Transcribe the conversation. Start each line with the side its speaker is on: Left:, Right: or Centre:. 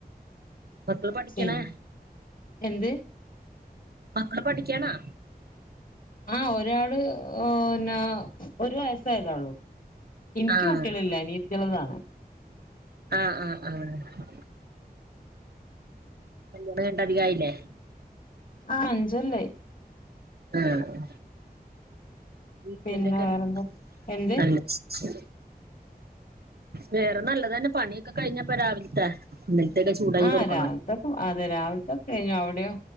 Right: മക്കള് പഠിക്കണേ
Left: പിൻ എന്ത്
Right: മക്കള് പഠിക്കാനാ
Left: ആ ഒരാള് ഓനാ ഒരു വയസായതള്ളൂ ഇൻക്ക്
Right: ആഹ്
Left: കുട്ടിള്ല്ല അനീയത്തിള്താണ്
Right: ആ ആ ആ <unintelligible> പുള്ആയില്ലെ
Left: ആ അഞ്ചല്ലയി
Right: ആ അ ട്രീറ്റ്‌മെന്റ്ക്കണ്ടോ
Left: പിന്നെ വേറെന്താ എന്ത്
Right: നല്ലഹ് വേറെ നല്ലതന്നെ പണീക്കെ കഴിഞ്ഞപ്പ രാവിൽത്തെ ന്നെൽത്തക്കെ ചൂടായി
Left: ആ
Right: കൊടുക്കണോ
Left: രാവിലത്തെക്കെ അതെ രാവിലത്തെക്കെ കഴിഞ്ഞു അവിടെയോ